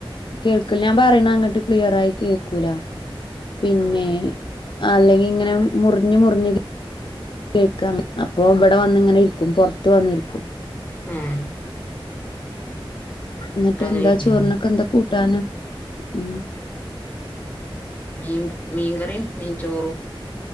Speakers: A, on the left; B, on the left.
A: കേൾക്ല ഞാൻപറയണ അങ്ങട്ട് ക്ലിയറായി കേക്കൂല പിന്നെ
B: ആ
A: അല്ലെങ്കിങ്ങനെ മുറിഞ്ഞ് മുറിഞ് കേക്ക അപ്പൊവടെവന്നിങ്ങനെരിക്കും പുറത്ത് വന്നിരിക്കും.
B: ഏഹ്
A: ന്നട്ടെന്താ
B: അങ്ങനെ ഇരിക്കണ്.
A: ചോറിനൊക്കെന്താ കൂട്ടാന് ഉം
B: മീം മീൻകറിയും മീൻചോറും